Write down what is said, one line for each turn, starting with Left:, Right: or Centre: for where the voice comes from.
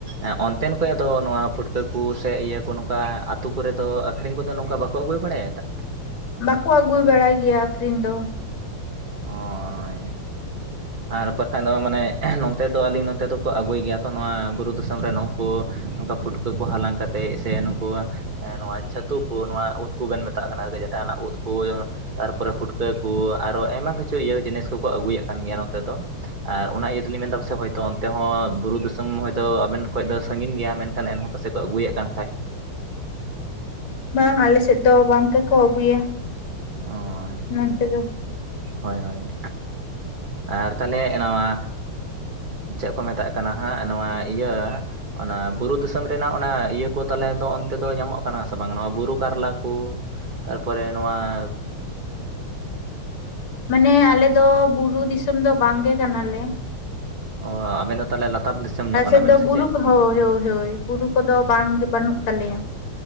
Right: ᱮᱸᱜ ᱚᱱᱛᱮᱱ ᱠᱚ ᱫᱚ ᱱᱚᱣᱟ ᱯᱩᱴᱠᱟᱹ ᱠᱚ ᱥᱮ ᱤᱭᱟᱹ ᱠᱚ ᱱᱚᱝᱠᱟ ᱟᱛᱳ ᱠᱚᱨᱮ ᱫᱚᱼᱼ ᱟᱠᱷᱨᱤᱧ ᱠᱚᱫᱚ ᱱᱚᱝᱠᱟ ᱵᱟᱠᱚ ᱟᱹᱜᱩᱭ ᱵᱟᱲᱟᱭ ᱮᱫᱟ?
Left: ᱵᱟᱠᱚ ᱟᱹᱜᱩ ᱵᱟᱲᱟᱭ ᱜᱮᱭᱟ ᱟᱠᱷᱨᱤᱧ ᱫᱚ ᱾
Right: ᱚᱭᱻ ᱟᱨ ᱵᱟᱠᱷᱟᱱ ᱫᱚ ᱢᱟᱱᱮ ᱱᱚᱱᱛᱮ ᱫᱚ ᱟᱹᱞᱤᱧ ᱱᱚᱱᱛᱮ ᱫᱚᱠᱚ ᱟᱹᱜᱩᱭ ᱜᱮᱭᱟ ᱛᱚ ᱱᱚᱣᱟ ᱵᱩᱨᱩ ᱫᱤᱥᱚᱢ ᱨᱮ ᱩᱱᱠᱩᱼᱼ ᱱᱚᱝᱠᱟ ᱯᱩᱴᱠᱟᱹ ᱠᱚ ᱦᱟᱞᱟᱝ ᱠᱟᱛᱮᱫ ᱥᱮ ᱱᱩᱠᱩᱼᱼ ᱮᱸ ᱱᱚᱣᱟ ᱪᱷᱟᱹᱛᱩ ᱠᱚ ᱱᱚᱣᱟ ᱩᱫ ᱠᱚᱵᱮᱱ ᱢᱮᱛᱟᱜ ᱠᱟᱱᱟ ᱾ ᱡᱟᱦᱟᱸ ᱴᱱᱟᱜ ᱩᱫ ᱠᱳ ᱛᱟᱨ ᱯᱚᱨᱮ ᱯᱩᱴᱠᱟᱹ ᱠᱳ ᱟᱨ ᱟᱨᱚ ᱟᱭᱢᱟ ᱠᱤᱪᱷᱩ ᱤᱭᱟᱹ ᱡᱤᱱᱤᱥ ᱠᱚᱠᱚ ᱟᱹᱜᱩᱭ ᱮᱫ ᱠᱟᱱ ᱜᱮᱭᱟ ᱱᱚᱛᱮ ᱫᱚ᱾ ᱟᱨ ᱚᱱᱟ ᱤᱭᱟᱹ ᱛᱮᱞᱤᱧ ᱢᱮᱱᱫᱟ ᱯᱟᱥᱮᱫ ᱦᱳᱭᱛᱳ ᱚᱱᱛᱮ ᱦᱚᱸ ᱵᱩᱨᱩ ᱫᱤᱥᱚᱢ ᱦᱚᱭᱛᱳ ᱟᱵᱮᱱ ᱠᱷᱚᱱ ᱫᱚ ᱥᱟᱺᱜᱤᱧ ᱜᱮᱭᱟ᱾ ᱢᱮᱱᱠᱷᱟᱱ ᱮᱱᱦᱚᱸ ᱯᱟᱥᱮᱡ ᱠᱚ ᱟᱹᱜᱩᱭ ᱮᱫ ᱠᱟᱱ ᱠᱷᱟᱡ᱾
Left: ᱵᱟᱝ ᱟᱞᱮ ᱥᱮᱫ ᱫᱚ ᱵᱟᱝ ᱜᱮᱠᱚ ᱟᱹᱜᱩᱭᱟ᱾
Right: ᱚ
Left: ᱱᱚᱱᱛᱮ ᱫᱚ
Right: ᱦᱳᱭ ᱦᱳᱭ ᱟᱨ ᱛᱟᱦᱚᱞᱮ ᱱᱚᱣᱟ ᱪᱮᱫ ᱠᱚ ᱢᱮᱛᱟᱜ ᱠᱟᱱᱟ ᱦᱟᱸᱜ ᱱᱚᱣᱟ ᱤᱭᱟᱹᱼᱼ ᱚᱱᱟ ᱵᱩᱨᱩ ᱫᱤᱥᱚᱢ ᱨᱮᱱᱟᱜ ᱚᱱᱟ ᱤᱭᱟᱹ ᱠᱚ ᱛᱟᱦᱚᱞᱮ ᱫᱚ ᱚᱱᱛᱮ ᱫᱚ ᱧᱟᱢᱚᱜ ᱠᱟᱱᱟ ᱥᱮ ᱵᱟᱝ ᱱᱚᱣᱟ ᱵᱩᱨᱩ ᱠᱟᱨᱞᱟ ᱠᱩ? ᱛᱟᱨ ᱯᱚᱨᱮ ᱱᱚᱣᱟ
Left: ᱢᱟᱱᱮ ᱟᱞᱮ ᱫᱚ ᱵᱩᱨᱩ, ᱫᱤᱥᱚᱢ ᱫᱚ ᱵᱟᱝ ᱜᱮ ᱠᱟᱱᱟᱞᱮ᱾
Right: ᱚ ᱟᱵᱮᱱ ᱫᱚ ᱛᱟᱦᱚᱞᱮ ᱞᱟᱛᱟᱨ ᱫᱤᱥᱚᱢ ᱧᱚᱜ
Left: ᱟᱞᱮ
Right: ᱠᱟᱱᱟᱵᱮᱱ
Left: ᱥᱮᱫ ᱫᱚ
Right: ᱥᱮ
Left: ᱵᱩᱨᱩ
Right: ᱪᱮᱫ
Left: ᱠᱚ ᱦᱳᱭ ᱦᱳᱭ ᱦᱳᱭ ᱵᱩᱨᱩ ᱠᱚᱫᱚ ᱵᱟᱝ ᱜᱮ ᱵᱟᱹᱱᱩᱜ ᱛᱟᱞᱮᱭᱟ᱾